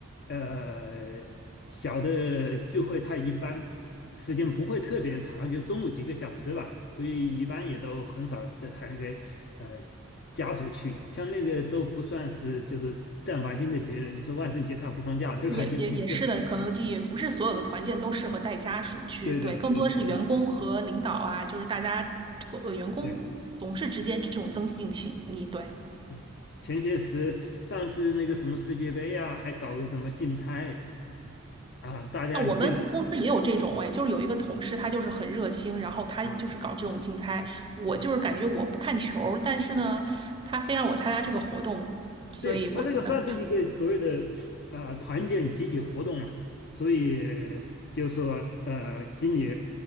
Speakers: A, on the left; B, on the right.
A: 呃小的聚会，它一般时间不会特别长，就中午几个小时吧，所以一般也都很少这还给呃家属去。像那个都不算是就是正儿八经的节日，你说万圣节它不放假对吧？
B: 也也也是的，
A: <laughs> 就是这，
B: 可能也不是所有的团建都适合带家属去，
A: <laughs> 对对对对
B: 对，更多的是员工和领导啊，就是大家呃员工同事之间这种增进情谊，
A: 对。
B: 对。
A: 对，前些时上次那个什么世界杯啊，还搞个什么竞猜啊，大家议论
B: 那我们公司也有这种哎，就是有一个同事，他就是很热心，然后他就是搞这种竞猜。
A: 啊
B: 我就是感觉我不看球儿但是呢，
A: 啊，
B: 他非让我参加这个活动，所以我觉得
A: 对，他这个算是一个所谓的啊团建集体活动嘛，所以就说呃，经理